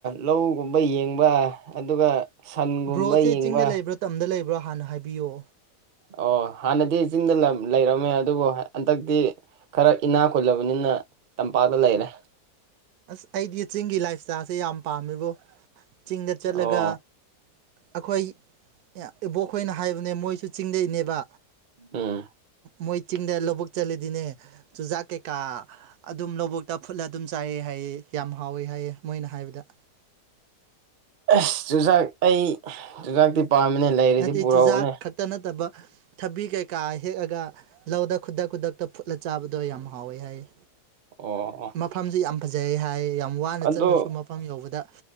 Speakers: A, on the right (about 55°); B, on the right (about 75°).
A: ꯂꯧꯒꯨꯝꯕ ꯌꯦꯡꯕ ꯑꯗꯨꯒ ꯁꯟꯒꯨꯝꯕ
B: ꯕ꯭ꯔꯣꯁꯦ
A: ꯌꯦꯡꯕ
B: ꯆꯤꯡꯗ ꯂꯩꯕ꯭ꯔꯥ ꯇꯝꯗ ꯂꯩꯕ꯭ꯔꯥ ꯍꯥꯟꯅ ꯍꯥꯏꯕꯤꯌꯨ
A: ꯑꯣ ꯍꯥꯟꯅꯗꯤ ꯆꯤꯡꯗ ꯂꯩꯔꯝꯃꯦ ꯑꯗꯨꯕꯨ ꯍꯟꯗꯛꯇꯤ ꯈꯔ ꯏꯅꯥ ꯈꯨꯜꯂꯕꯅꯤꯅ ꯇꯝꯄꯥꯛꯇ ꯂꯩꯔꯦ
B: ꯑꯁ ꯑꯩꯗꯤ ꯆꯤꯡꯒꯤ ꯂꯥꯏꯞ ꯏꯁꯇꯥꯏꯜꯁꯦ ꯌꯥꯝ ꯄꯥꯝꯃꯦꯕ ꯆꯤꯡꯗ ꯆꯠꯂꯒ
A: ꯑꯣ
B: ꯑꯩꯈꯣꯏ ꯏꯕꯣꯛꯈꯣꯏꯅ ꯍꯥꯏꯕꯅꯦ ꯃꯣꯏꯁꯨ ꯆꯤꯡꯗꯩꯅꯦꯕ
A: ꯎꯝ
B: ꯃꯣꯏ ꯆꯤꯡꯗ ꯂꯧꯕꯨꯛ ꯆꯠꯂꯤꯗꯤꯅꯦ ꯆꯨꯖꯥꯛ ꯀꯩꯀꯥ ꯑꯗꯨꯝ ꯂꯧꯕꯨꯇ ꯐꯨꯠꯂ ꯑꯗꯨꯝ ꯆꯥꯏꯑ ꯍꯥꯏꯌꯦ ꯌꯥꯝ ꯍꯥꯎꯋꯦ ꯍꯥꯏꯌꯦꯦ ꯃꯣꯏꯅ ꯍꯥꯏꯕꯗ
A: ꯑꯁ ꯆꯨꯖꯥꯛ ꯑꯩ ꯆꯨꯖꯥꯛꯇꯤ ꯄꯥꯝꯃꯤꯅꯦ ꯂꯩꯔꯗꯤ
B: ꯅꯠꯇꯦ
A: ꯄꯨꯔꯛꯎꯅꯦ
B: ꯆꯨꯖꯥꯛ ꯈꯛꯇ ꯅꯠꯇꯕ ꯊꯕꯤ ꯀꯩꯀꯥ ꯍꯦꯛꯑꯒ ꯂꯧꯗ ꯈꯨꯗꯛ ꯈꯨꯗꯛꯇ ꯐꯨꯠꯂ ꯆꯥꯕꯗꯣ ꯌꯥꯝ ꯍꯥꯎꯋꯦ ꯍꯥꯏꯌꯦ
A: ꯑꯣ ꯑꯣ
B: ꯃꯐꯝꯁꯤ ꯌꯥꯝ ꯐꯖꯩ ꯍꯥꯏ ꯌꯥꯝ ꯋꯥꯅ
A: ꯑꯗꯣ
B: ꯆꯠꯂꯁꯨ ꯃꯐꯝ ꯌꯧꯕꯗ